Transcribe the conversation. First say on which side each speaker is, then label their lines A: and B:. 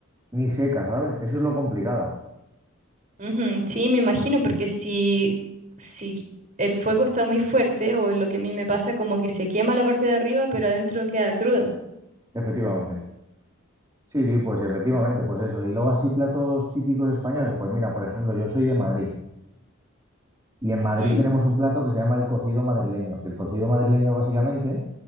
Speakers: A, on the right (about 15°); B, on the right (about 35°).
A: ni seca, ¿sabes? Eso es lo complicado.
B: Ujú, Sí, me imagino, porque si, si el fuego está muy fuerte, o es lo que a mí me pasa, como que se quema la parte de arriba, pero adentro queda cruda.
A: Efectivamente. Sí, sí, pues efectivamente, pues eso. Y luego así platos típicos españoles, pues mira, por ejemplo, yo soy de Madrid y en
B: Ujú.
A: Madrid tenemos un plato que se llama el cocido madrileño, que el cocido madrileño básicamente,